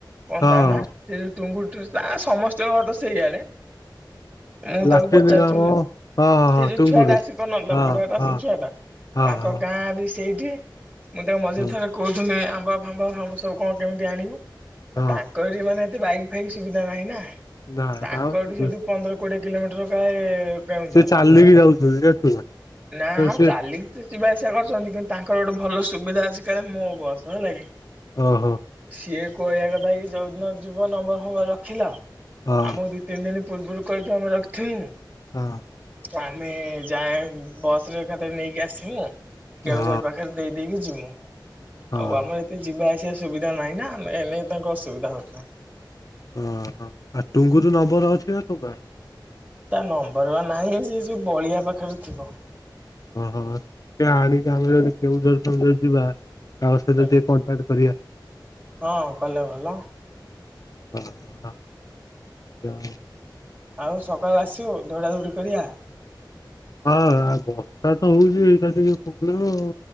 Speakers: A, on the right; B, on the left.
A: କଣ
B: ହଁ
A: ତା ନା ଫେରସ୍ ଟୁଙ୍ଗୁୁ <unintelligible> ଆ ସମସ୍ତିଙ୍କ ଘର ତ ସେଇଆଡେ। ମୁଁ
B: ଲାଟିନ
A: ତାକୁ ପଚାରୁଥିଲି
B: କାମ ହଁ ହଁ
A: ସେ ଯୋଉ
B: ଟୁଙ୍ଗୁରୁ
A: ଛୁଆଟା ଆସି କରୁ ନଥିଲା
B: ହଁ
A: ବୁଢାଟା
B: ହଁ।
A: ସେ ଛୁଆଟା
B: ହଁ
A: ତାଙ୍କ
B: ହଁ
A: ଗାଁ ବି ଏଇଠି। ମୁଁ ତାକୁ ମଝିରେ
B: ହଁ
A: ଥରେ କହୁଥିଲି ଆମ୍ <unintelligible> ଆମ୍ବ ଫାମ୍ବ ସବୁ କଣ କେମିତି ଆଣିବୁ? ଆ
B: ହଁ
A: ତାଙ୍କ ଏଠି ମାନେ ବାଇକ୍ ଫାଇକ ସୁବିଧା ନାହିଁ ନା।
B: ନା
A: ତାଙ୍କ
B: ନା
A: ଏଠୁ ସେଇଠୁ ପନ୍ଦର କୋଡିଏ କିିଲୋମିଟର କାୟେ କେଁଉଝର
B: ସେ ଚାଲିକି ଯାଉଛନ୍ତି ଜାଣିଛୁ
A: ନା ହଁ
B: ସେ
A: ଚାଲିକି ତ ଯିବା ଆସିବା କରଛନ୍ତି କିନ୍ତୁ ତାଙ୍କର ଗୋଟେ ଭଲ ସୁୁ ବିଧା ଅଛି କାଳେ ମୋ ବସ ହେଲା କି?
B: ଓହୋ।
A: ସିଏ କହିବା କଥା କି ଯୋଉ ଦିନ ଯିବ ନମ୍ବର ଫମ୍ବର ରଖିଲ
B: ହଁ
A: ଆମୁକୁ ଦି ତିନି ଦିନି ପୂର୍ବରୁ କହିିଥିବ ଆମେ ରଖିଥିମୁ
B: ହଁ।
A: ଆମେ ଯାଏଁ ବସରେ ଏକାଥରେ ନେଇକି ଆସିମି ଆଉ। କେଉଁଝର
B: ହଁ
A: ପାଖରେ ଦେଇ ଦେଇକି ଯି ହୁଁ।
B: ହଁ।
A: ଆଉ ଆମ ଏତେ ଯିବା ଆସିବା ସୁବିଧା ନାହିଁ ନାଁ ଆମେ ଏ ହେଲେ ତାଙ୍କୁ ଅସୁବିଧା ହଉଥୁଲା।
B: ଓହୋ ଆ ଟୁଙ୍ଗୁରୁ ନମ୍ବର ଅଛି ନାଁ ତୋ ପାଖରେ?
A: ତା ନମ୍ବର ପା ନାହିଁ ସେ ଯୋଉ ବଳିଆ ପାଖରେ ଥିବ।
B: ଓହୋ ଟିକେ ଆଣିକି ଆମେ ଯଦି କେଉଁଝର ଫେଉଁଝର ଯିବା ତାଙ୍କ ସହିତ
A: ହୁଁ
B: ଟିକେ କଣ୍ଟାକ୍ଟ କରିବା।
A: ହଁ କଲେ ଭଲ।
B: ହଁ। ଜ
A: ଆଉ ସକାଳୁ ଆସିବୁ ଧୌଡା ଧୋଡି କରିବା।
B: ହଁ ଆଉ ବର୍ଷା ତ ହୋଉଚି ଏଇଟା ଟିକେ ପୋବଲେମ୍ ଆଉ।